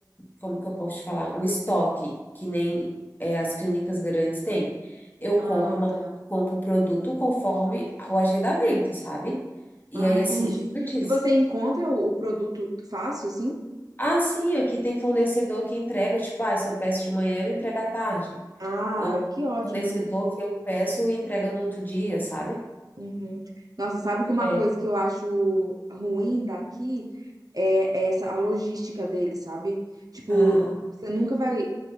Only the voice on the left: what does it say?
como que eu posso te falar? Um estoque, que nem é, as clínicas grandes têm. Eu
compro uma,
compro o produto conforme o agendamento, sabe? E
aí,
assim, antes.
Ah, sim, aqui tem fornecedor que entrega, tipo, ah, se eu peço de manhã, ele entrega à tarde.
Ou
fornecedor
que eu peço e entrega no outro dia, sabe?
É.
Ah,